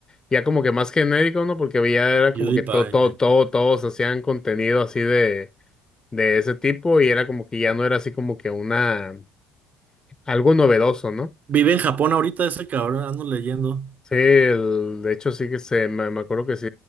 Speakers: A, on the left; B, on the right.
A: ya como que más genérico, ¿no? Porque ya era
B: PewDiePie.
A: como que todo, todo,
B: eh.
A: todo, todos hacían contenido así de, de ese tipo y era como que ya no era así como que una, algo novedoso, ¿no?
B: Vive en Japón ahorita ese cabrón, ando leyendo.
A: Sí, el- de hecho sí que se, me, me acuerdo que sí,